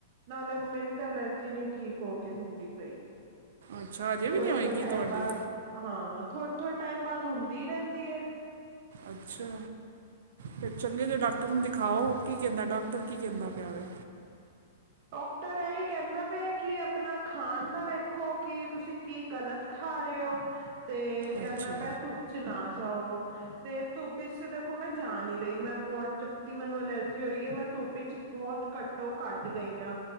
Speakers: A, on the right; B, on the right.
A: ਨਾਲੇ ਮੇਰੀ ਤੇ ਐਲਰਜੀ ਨੀ ਠੀਕ ਹੋ ਕੇ ਦਿੰਦੀ ਪਈ।
B: ਅੱਛਾ ਅਜੇ
A: ਥੋਏ-ਥੋਏ
B: ਵੀ ਨਹੀਂ ਹੋਈ ਕੀ
A: ਟਾਈਮ
B: ਤੁਹਾਡੀ
A: ਬਾਦ, ਹਾਂ ਥੋਏ-ਥੋਏ ਟਾਈਮ ਬਾਦ ਹੁੰਦੀ ਰੈਂਦੀ ਏ।
B: ਅੱਛਾ। ਫੇਰ ਚੰਗੇ ਜੇਅ ਡਾਕਟਰ ਨੂੰ ਦਿਖਾਓ, ਕੀ ਕੈਂਦਾ ਡਾਕਟਰ? ਕੀ ਕੈਂਦਾ ਪੇਆ ਵੇ?
A: ਡਾਕਟਰ ਐਈ ਕੈਂਦਾ ਪੇਆ ਕਿ ਆਪਨਾ ਖਾਨ ਦਾ ਵੇਖੋ, ਕਿ ਤੁਸੀਂ ਕੀ ਗਲਤ ਖਾ ਰੇਅ ਓ ਤੇ ਕੈਂਦਾ
B: ਅੱਛਾ
A: ਪੇਆ ਧੁੱਪ 'ਚ ਨਾ ਜਾਓ। ਤੇ ਧੁੱਪ 'ਚ ਦੇਖੋ, ਮੈਂ ਜਾ ਨੀ ਰਹੀ। ਮੈਂ ਬੋਤ ਜਬ ਦੀ ਮੈਨੂੰ ਅਲਰਜੀ ਹੋਈ ਐ, ਮੈਂ ਧੁੱਪ 'ਚ ਬੋਤ ਘੱਟੋ-ਘੱਟ ਗਈ ਆ